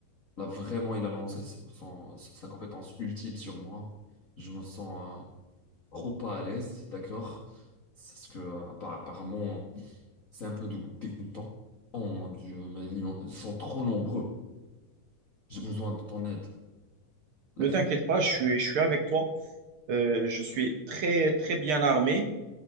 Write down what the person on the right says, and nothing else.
Ne
t'inquiète
pas, je suis, je suis avec toi. Euh, je suis très, très bien armé.